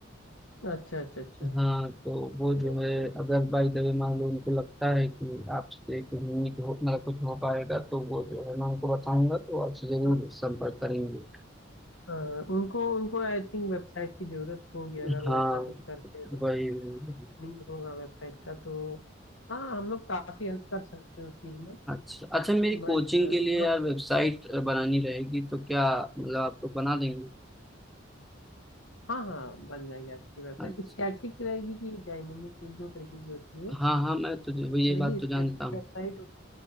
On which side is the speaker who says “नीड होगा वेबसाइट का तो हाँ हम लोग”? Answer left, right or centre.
Left